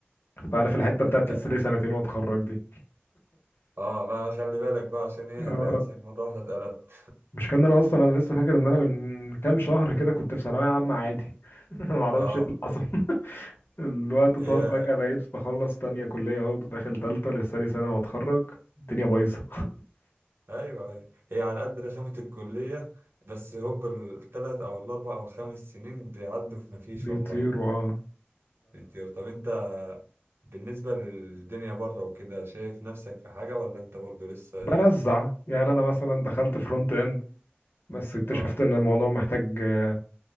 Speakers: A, on the left (about 65°); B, on the right (about 70°).
A: فانا في الحتة بتاعت
B: انت
A: لسه لي سنتين واتخرج دي
B: اه ما خلي بالك بقى عشان ايه
A: آه،
B: هتلاقي نفسك مرة واحدة اتقلبت
A: مش كان انا اصلا انا لسه فاكر ان انا من كام شهر كده كنت في ثانوية عامة عادي <laughs> ما اعرفش
B: اه
A: ايه اللي حصل الوقت
B: هي
A: طار فجأة بقيت بخلص تانية كلية اهو داخل تالتة لسه لي سنة واتخرج الدنيا بايظة
B: ايوه هي, هي على قد رخامة الكلية بس هوب التلات او الاربع او الخمس سنين بيعدوا في مفيش
A: بيطيروا
B: والله
A: اه
B: كتير طب انت بالنسبة للدنيا بره وكده شايف نفسك في حاجة ولا انت برضو لسه
A: فبرزع
B: ايه
A: يعني انا مثلا دخلت فرونت اند بس اكتشفت
B: اه
A: ان الموضوع محتاج آه،